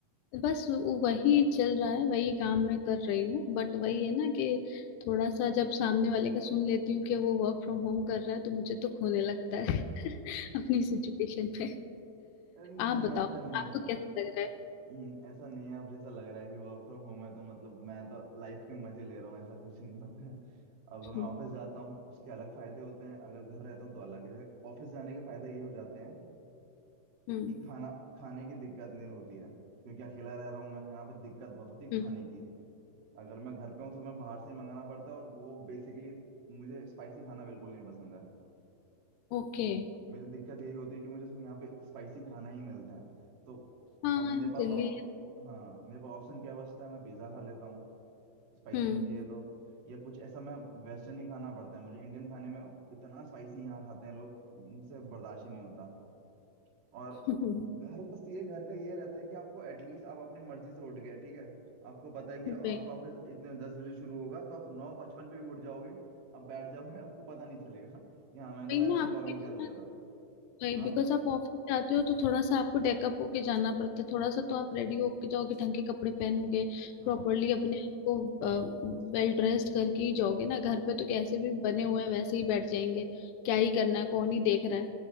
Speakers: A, on the left (about 85°); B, on the right (about 70°).
A: बस वो- वही चल रहा है वही काम मैं कर रही हूँ बट वही है ना कि थोड़ा सा जब सामने वाले का सुन लेती हूँ कि वो वर्क फ्रॉम होम कर रहा है तो मुझे तो खोने लगता है <laughs> अपनी सिचुएशन पे
B: अरे नहीं
A: आप बताओ
B: ऐसा नहीं
A: आपको
B: है
A: कैसा लग रहा है
B: हम्म, ऐसा नहीं है आप जैसा लग रहा है कि वर्क फ्रॉम होम है तो मतलब मैं तो लाइफ के मजे ले रहा हूँ ऐसा कुछ नहीं होता है अगर मैं
A: हम्म
B: ऑफिस जाता हूँ उसके अलग फायदे होते हैं अगर घर रहता हूँ तो अलग है ऑफिस जाने के फायदे ये हो जाते हैं
A: हम्म
B: कि खाना खाने की दिक्कत नहीं होती है क्योंकि अकेला रह रहा हूँ मैं यहाँ पे दिक्कत बहुत होती है
A: हम्म,
B: खाने की अगर मैं घर पे हूँ तो मैं बाहर से ही मंगाना पड़ता है और वो बेसिकली मुझे स्पाइसी खाना बिल्कुल नहीं पसंद है
A: ओके
B: तो मेरी दिक्कत यही होती है कि मुझे सिर्फ यहाँ पे स्पाइसी खाना ही मिलता है तो
A: हाँ
B: अब मेरे पास
A: दिल्ली
B: ऑप- हाँ मेरे पास ऑप्शन क्या बचता है मैं पिज़्ज़ा खा लेता हूँ स्पाइसी
A: हम्म
B: नहीं चाहिए तो या कुछ ऐसा मैं वेस्टर्न ही खाना पड़ता है मुझे इंडियन खाने में इतना स्पाइसी यहाँ खाते हैं लोग मुझसे बर्दाश्त ही नहीं होता और
A: <laughs>
B: घर बस ये घर का ये रहता है कि आपको एटलीस्ट आप अपनी मर्जी से उठ गए ठीक है आपको पता है कि
A: वही
B: आपका ऑफिस इतने दस बजे शुरू होगा तो आप नौ पचपन पे भी उठ जाओगे आप बैठ जाओगे आपको पता नहीं चलेगा <laughs> यहाँ मैंने
A: वही
B: तो मैंने
A: ना
B: तो
A: आपको
B: लॉग इन
A: इतना
B: कर लिया था
A: वही
B: हाँ
A: बिकॉज आप ऑफिस जाते हो तो थोड़ा सा आपको डेकअप होके जाना पड़ता है थोड़ा सा तो आप रेडी होके जाओगे ढंग के कपड़े पहनोगे
B: हाँ
A: प्रॉपरली अपने आप को वेल ड्रेस्ड करके ही जाओगे ना घर पे तो कैसे भी बने हुए हैं वैसे ही बैठ जाएंगे क्या ही करना है कौन ही देख रहा है